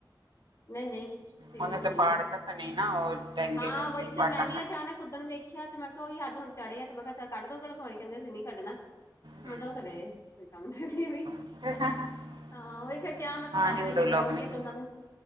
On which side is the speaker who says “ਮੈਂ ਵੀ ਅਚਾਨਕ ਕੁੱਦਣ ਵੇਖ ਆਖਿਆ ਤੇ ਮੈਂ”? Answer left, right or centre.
Left